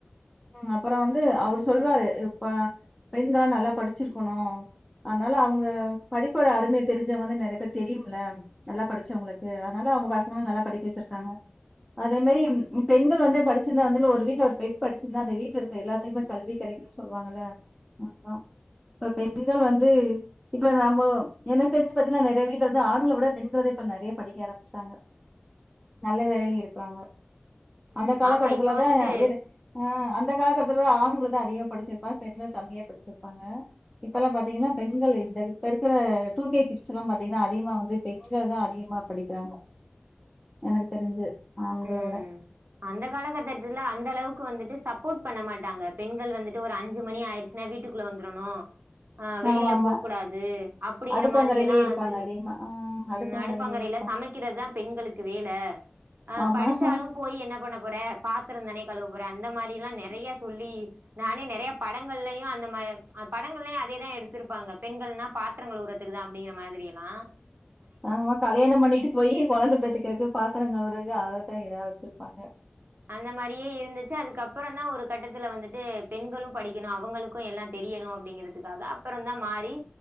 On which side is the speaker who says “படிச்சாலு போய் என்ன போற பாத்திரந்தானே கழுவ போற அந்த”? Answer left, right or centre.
Right